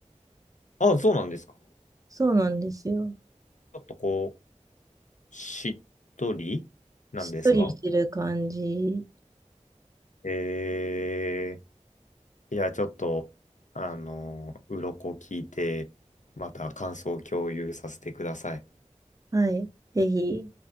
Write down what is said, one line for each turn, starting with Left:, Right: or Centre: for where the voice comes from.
Left: あ、そうなんですか。
Right: そうなんですよ。
Left: ちょっとこう、しっとりなんですか
Right: しっとりしてる感じ。
Left: えー、いや、ちょっと、あの、鱗聞いて、また感想を共有させてください。
Right: はい。ぜひ。